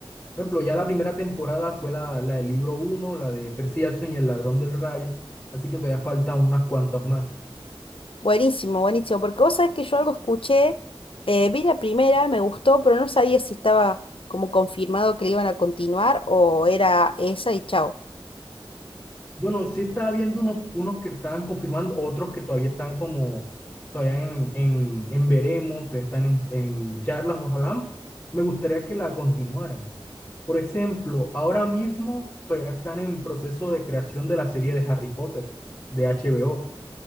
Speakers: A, on the left; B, on the left.
A: Por ejemplo, ya la primera temporada fue la, la del libro uno, la de Percy Jackson y el ladrón del rayo, así que todavía faltan unas cuantas más.
B: Buenísimo, buenísimo, porque vos sabés que yo algo escuché, eh, vi la primera, me gustó, pero no sabía si estaba como confirmado que le iban a continuar o era esa y chau.
A: Bueno, sí estaba viendo unos, unos que estaban confirmando, otros que todavía están como, todavía en, en, en veremos, todavía están en, en charlas, ojalá. Me gustaría que la continuaran. Por ejemplo, ahora mismo todavía están en proceso de creación de la serie de Harry Potter, de HBO.